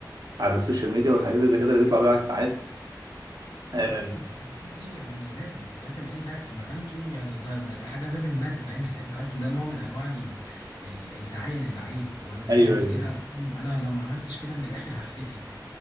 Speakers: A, on the right (about 60°); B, on the left (about 75°).
A: على السوشيال ميديا والحاجات اللي زي كده اللي بيطلع بيها ساعات
B: بس
A: آه،
B: انت عارف ان التصرفات دي يعني لازم لازم اي لاعب في مكانته يعني ده ده, ده حاجه لازم انها تتعمل انت عارف ان ده نوع من انواع ال ال الدعايه للعيب هو لازم
A: ايوه
B: يعمل
A: ايوه
B: كده علشان انا لو ما عملتش كده من الاخر هختفي